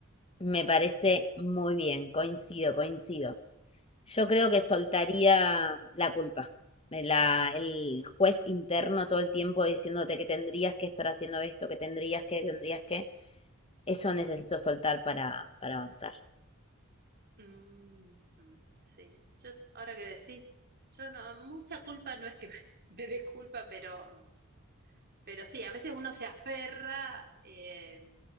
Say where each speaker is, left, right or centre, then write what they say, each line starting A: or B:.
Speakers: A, on the left (about 30°); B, on the right (about 50°).
A: Me parece muy bien, coincido, coincido. Yo creo que
B: Ujú.
A: soltaría la culpa. La- el juez interno todo el tiempo diciéndote que tendrías que estar haciendo esto, que tendrías que, tendrías que. Eso necesito soltar para, para avanzar.
B: Mm, mm, sí, yo ahora que decís, yo no, mucha culpa no es que <laughs> me, me dé culpa, pero, pero sí, a veces uno se aferra eh,